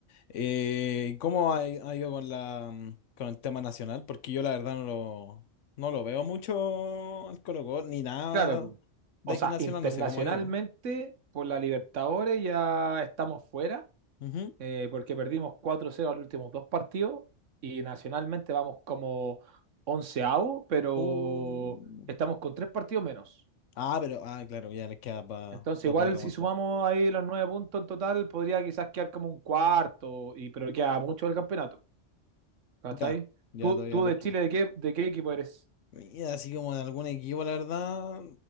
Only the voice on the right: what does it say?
Claro, po.
o
sea,
internacionalmente
por la Libertadores ya estamos fuera,
eh, porque perdimos cuatro cero los últimos dos partidos y nacionalmente vamos como onceavo, pero
estamos con tres partidos menos.
Entonces, igual
si sumamos ahí los nueve puntos en total, podría quizás quedar como un cuarto, y, pero queda mucho del campeonato. ¿Cachai?
¿Tú,
tú
de
Chile, ¿de qué, de qué equipo eres?